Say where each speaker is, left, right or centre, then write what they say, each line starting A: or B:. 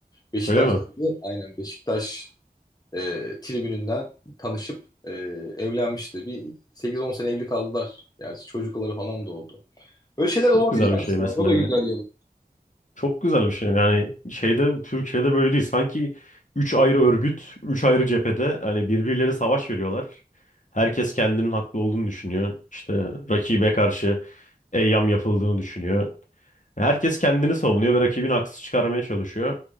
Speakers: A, on the left; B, on the left.
A: Beşiktaş'taydı.
B: Öyle mi?
A: Aynen Beşiktaş e, tribününden tanışıp e, evlenmişti. Bir sekiz on sene evli kaldılar. Yani çocukları falan da oldu. Böyle şeyler
B: Çok
A: olabilir
B: güzel bir şey
A: aslında.
B: mesela
A: O da
B: ya.
A: güzel yanı.
B: Çok güzel bir şey. Yani şeyde Türkiye'de böyle değil. Sanki üç ayrı örgüt, üç ayrı cephede hani birbirleri savaş veriyorlar. Herkes kendinin haklı olduğunu düşünüyor. İşte rakibe karşı eyyam yapıldığını düşünüyor. Herkes kendini savunuyor ve rakibini haksız çıkarmaya çalışıyor.